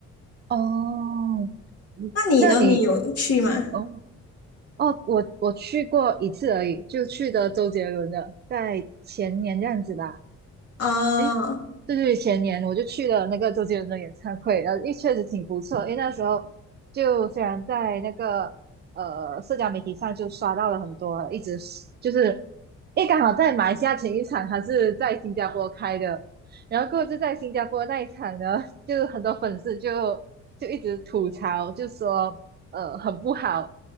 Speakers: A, on the right; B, on the left.
A: 哦，嗯那你
B: 那你呢？你有去吗？
A: 哦哦，我我去过一次而已，就去的周杰伦的，在前年这样子吧。
B: 啊，
A: 诶，对对，前年我就去了那个周杰伦的演唱会，然后也确实挺不错。因为那时候就虽然在那个呃社交媒体上就刷到了很多，一直是就是，诶，刚好在马来西亚前一场还是在新加坡开的，然后过后就在新加坡那一场呢，就很多粉丝就就一直吐槽，就说呃很不好，